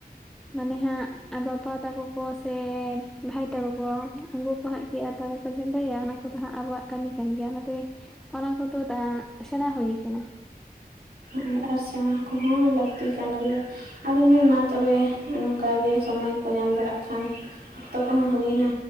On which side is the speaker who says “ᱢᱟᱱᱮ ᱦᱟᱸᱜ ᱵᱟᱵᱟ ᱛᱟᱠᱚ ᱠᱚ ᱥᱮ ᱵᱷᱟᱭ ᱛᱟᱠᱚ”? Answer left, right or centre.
Centre